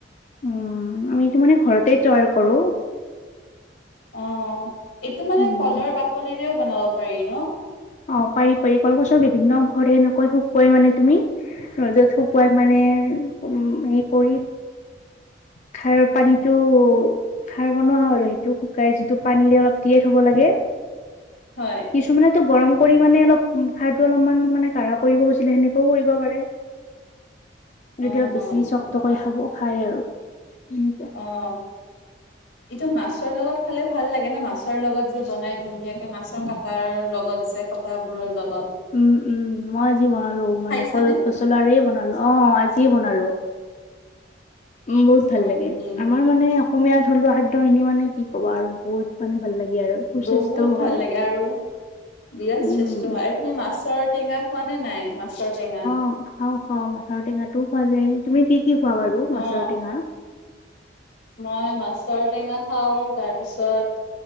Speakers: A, on the left; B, on the left.
A: উম আমি এইটো মানে ঘৰতে তৈয়াৰ কৰো
B: অ এইটো মানে
A: উম
B: কলৰ বাকলিৰেও বনাব পাৰি ন
A: অ পাৰি পাৰি কলগছৰ বিভিন্ন অংশৰে এনেকৈ শুকুৱাই মানে তুমি ৰ'দত শুকুৱাই মানে উম হেৰি কৰি খাৰ পানীটো, খাৰ বনোৱা হয় আৰু। সেইটো শুকাই যিটো, পানীৰে অলপ তিয়াই থ'ব লাগে।
B: হয়!
A: কিছুমানেতো গৰম কৰি মানে, অলপ খাৰটো অলপমান মানে, কাঢ়া কৰিব কৈছিলে, সেনেকেও কৰিব পাৰে।
B: অ',
A: তেতিয়া, বেছি
B: অ',
A: <unintelligible>
B: অ', অ',
A: কৰি খাব, খায় আৰু।
B: অ'! এইটো মাছৰ লগত খালে ভাল লাগে ন'! মাছ মাছৰ লগত যে, বনাই বঢিয়াকে! মাছৰ কাটাৰ লগত যে, কটাবোৰৰ লগ
A: উম, উম, মই আজি বনালোঁ। মানে,
B: খাইছানে?
A: কল-পচ লাৰে বনালোঁ। অ'! আজিয়ে বনালোঁ। উম, বহুত ভাল
B: হয়
A: লাগে
B: নেকি?
A: আমাৰ! তাৰমানে, অসমীয়া থলুৱা খাদ্য খিনি মানে, কি ক'বা আৰু বহুত মানে, ভাল লাগে! আৰু সুস্বাস্থ্যও
B: বহুত
A: হয়
B: ভাল লাগে! আৰু বিৰাট
A: উম
B: শ্ৰেষ্ঠ হয়। আৰু তুমি মাছৰ টেঙা খোৱা নে নাই, মাছৰ টেঙা?
A: খাওঁ-খাওঁ, মাছৰ টেঙাটোও খোৱা যায়। তুমি কি কি খোৱা বাৰু
B: অ',
A: মাছৰ টেঙা?
B: মই মাছৰ টেঙা খাওঁ। তাৰপিছত,